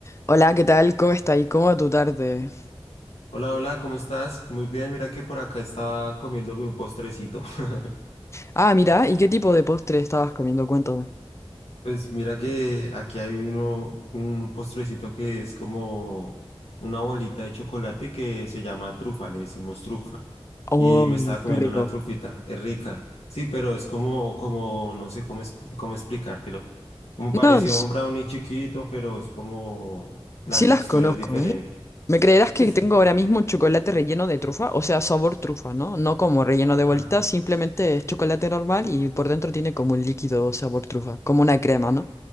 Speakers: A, on the left; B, on the left.
A: Hola, ¿qué tal? ¿Cómo está? ¿Y cómo va tu tarde?
B: Hola, hola, ¿cómo estás? Muy bien, mira que por acá estaba comiéndome un postrecito. <laughs>
A: Ah, mira, ¿y qué tipo de postre estabas comiendo? Cuéntame.
B: Pues mira que aquí hay uno, un postrecito que es como una bolita de chocolate que se llama trufa, le decimos trufa.
A: Oh,
B: Y me estaba comiendo
A: qué rico.
B: una trufita, es rica. Sí, pero es como, como, no sé cómo, es- cómo explicártelo. Como parecía
A: No, s-
B: un brownie chiquito, pero es como la
A: sí
B: textura
A: las conozco,
B: es diferente.
A: ¿eh? ¿Me creerás que
B: Sí.
A: tengo ahora mismo chocolate relleno de trufa? O sea, sabor trufa, ¿no? No como relleno de
B: Ah,
A: bolitas, simplemente es chocolate normal y por dentro tiene como un líquido sabor trufa, como una crema, ¿no?